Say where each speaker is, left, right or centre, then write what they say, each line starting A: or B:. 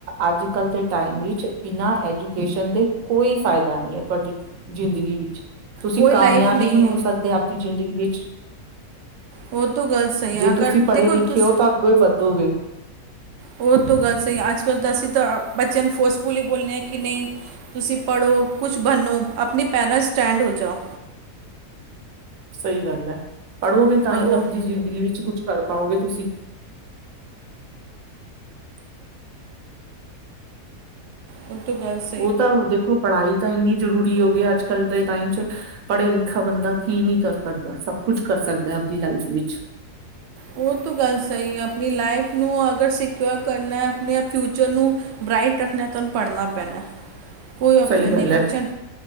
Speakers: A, on the right (about 65°); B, on the right (about 80°).
A: ਅੱਜ ਕੱਲ ਦੇ ਟਾਈਮ ਵਿੱਚ ਬਿਨਾਂ ਐਜੂਕੇਸ਼ਨ ਦੇ ਕੋਈ ਫਾਇਦਾ ਨਹੀਂ ਐ। ਤੁਹਾਡੀ ਜ਼ਿੰਦਗੀ ਵਿੱਚ ਤੁਸੀਂ
B: ਕੋਈ
A: ਕਾਮਯਾਬ
B: ਲਾਈਫ
A: ਹੀ ਨਹੀਂ ਹੋ
B: ਹੈ
A: ਸਕਦੇ। ਦੀ ਜ਼ਿੰਦਗੀ ਵਿੱਚ
B: ਉਹ ਤਾਂ ਗੱਲ ਸਹੀ
A: ਜੇ
B: ਹੈ ਅਗਰ
A: ਤੁਸੀਂ ਪੜ੍ਹੇ
B: ਦੇਖੋ
A: ਲਿਖੇ
B: ਤੁਸੀਂ
A: ਹੋ ਤਾਂ ਅੱਗੋਂ ਵੱਧੋਗੇ।
B: ਉਹ ਤੋਂ ਗੱਲ ਸਹੀ ਅੱਜ-ਕੱਲ੍ਹ ਤਾਂ ਅਸੀਂ ਤਾਂ ਬੱਚਿਆਂ ਨੂੰ ਫੋਰਸਫੁਲੀ ਬੋਲਦੇ ਹਾਂ ਕਿ ਨਹੀਂ ਤੁਸੀਂ ਪੜ੍ਹੋ ਕੁਛ ਬਨੋ ਆਪਣੇ ਪੈਰਾਂਟਸ ਸਟੈਂਡ ਹੋ ਜਾਓ।
A: ਸਹੀ ਗੱਲ ਐ ਪੜ੍ਹੋਗੇ ਤਾਂ
B: ਔਰ
A: ਹੀ
B: ਉਹ
A: ਆਪਣੀ ਜ਼ਿੰਦਗੀ ਵਿੱਚ ਕੁਛ ਕਰ ਪਾਓਗੇ ਤੁਸੀਂ।
B: ਪੁਰਤੂਗਜ਼
A: ਉਹ ਤਾਂ ਦੇਖੋ ਪੜ੍ਹਾਈ ਤਾਂ ਇੰਨੀ ਜ਼ਰੂਰੀ ਹੋ ਗਈ ਅੱਜ - ਕੱਲ੍ਹ ਦੇ ਟਾਈਮ 'ਚ ਪੜ੍ਹਿਆ ਲਿਖਿਆ ਬੰਦਾ ਕੀ ਨਹੀ ਕਰ ਸਕਦਾ ਸਭ ਕੁਛ ਕਰ ਸਕਦਾ ਆਪਦੀ ਲਾਈਫ ਵਿੱਚ।
B: ਉਹ ਤੋਂ ਗੱਲ ਸਹੀ ਐ। ਆਪਣੀ ਲਾਈਫ ਨੂੰ ਅਗਰ ਸਿਕਿਓਰ ਕਰਨਾ ਆਪਣੇ ਫਿਊਚਰ ਨੂੰ ਬਰਾਈਟ ਰੱਖਣਾ ਤੁਹਾਨੂੰ ਪੜ੍ਹਨਾ ਪੈਣਾ ਕੋਈ ਪਸ਼ਨ
A: ਸਹੀ ਗੱਲ
B: ਨਹੀਂ ਬੱਚਨ
A: ਹੈ